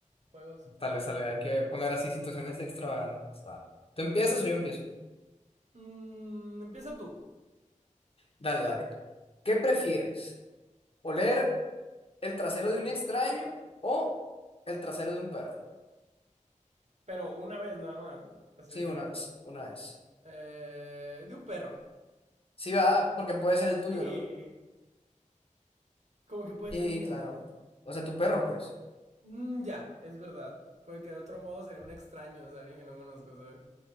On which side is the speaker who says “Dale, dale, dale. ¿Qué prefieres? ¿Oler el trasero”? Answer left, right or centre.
Left